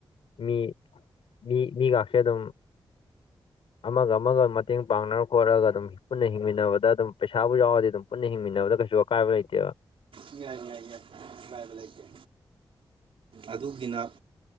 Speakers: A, on the left (about 85°); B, on the right (about 85°).
A: ꯃꯤ ꯃꯤ ꯃꯤꯒꯥꯛꯁꯦ ꯑꯗꯨꯝ ꯑꯃꯒ ꯑꯃꯒ ꯃꯇꯦꯡ ꯄꯥꯡꯅꯔ ꯈꯣꯠꯂꯒ ꯑꯗꯨꯝ ꯄꯨꯟꯅ ꯍꯤꯡꯃꯤꯟꯅꯕꯗ ꯑꯗꯨꯝ ꯄꯩꯁꯥꯕꯨ ꯌꯥꯎꯔꯗꯤ ꯑꯗꯨꯝ ꯄꯨꯟꯅ ꯍꯤꯡꯃꯤꯟꯅꯕꯗ ꯀꯩꯁꯨ ꯑꯀꯥꯏꯕ ꯂꯩꯇꯦꯕ
B: ꯍꯥꯏꯕ ꯂꯩ ꯉꯥꯏꯕ ꯂꯩꯇꯦ ꯑꯗꯨꯒꯤꯅ